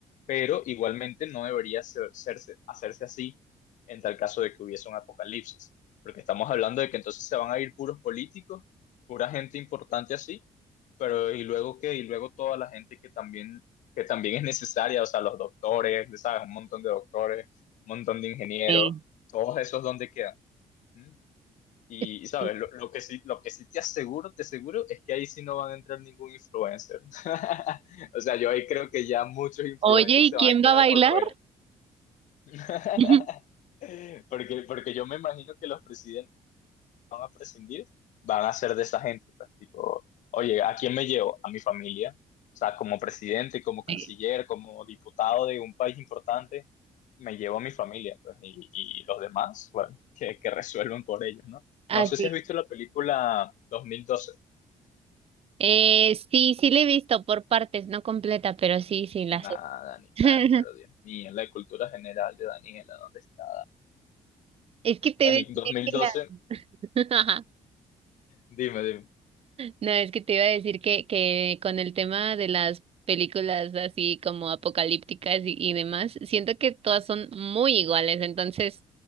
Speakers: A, on the left; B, on the right.
A: Pero igualmente no debería ser- serse- hacerse así en tal caso de que hubiese un apocalipsis. Porque estamos hablando de que entonces se van a ir puros políticos, pura gente importante así, pero ¿y luego qué? Y luego toda la gente que también, que también es necesaria, o sea, los doctores, ¿sabes? Un montón de doctores, un montón de ingenieros
B: Sí.
A: todos esos dónde quedan. ¿Mm? Y,
B: sí.
A: y, sabes, lo, lo que sí, lo que sí te aseguro, te aseguro, es que ahí sí no van a entrar ningún influencer. <laughs> O sea, yo ahí creo que ya muchos influencers
B: Oye, ¿y
A: se
B: quién
A: van a quedar
B: va a bailar?
A: por fuera. <laughs>
B: <laughs>
A: Porque, porque yo me imagino que los presidentes van a prescindir van a ser de esa gente. pues, tipo, oye, ¿a quién me llevo? A mi familia. O sea, como presidente, como canciller,
B: Sí.
A: como diputado de un país importante, me llevo a mi familia. Pues, y, y los demás, bueno, que, que resuelven por ellos, ¿no?
B: Así.
A: No sé si has visto
B: es.
A: la película 2012.
B: Eh, sí, sí la he visto por partes, no completa, pero sí, sí la
A: Nah,
B: sé.
A: Dani,
B: <laughs>
A: Dani, pero Dios mío, la cultura general de Daniela, ¿dónde está
B: Es que te
A: Dani?
B: iba a decir
A: Dani, 2012,
B: que la- <laughs>
A: dime, dime.
B: No, es que te iba a decir que, que con el tema de las películas así como apocalípticas y, y demás, siento que todas son muy iguales, entonces